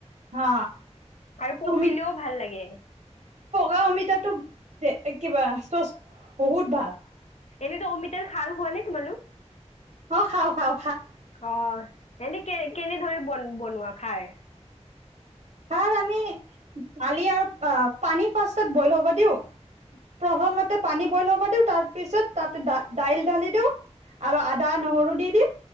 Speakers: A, on the right; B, on the left.
A: অ
B: আৰু
A: তুমিত
B: পকিলেও ভাল লাগে
A: পকা অমিতাটো। কিবা চ বহুত ভাল
B: এনেইতো অমিতাৰ খাৰ খোৱা নাই তোমালোক।
A: অ খাও খাওঁ
B: অ এনে কেনে কেনেধৰে বন বনোৱা। খায়।
A: াৰ আমি দালি আৰু পানী ফাৰ বইল হব দি প্ৰথমতে পানী বইল হব দি তাৰপিছত তা দাইল ঢালি দিওঁ আৰু আদা নহৰু দি দিওঁ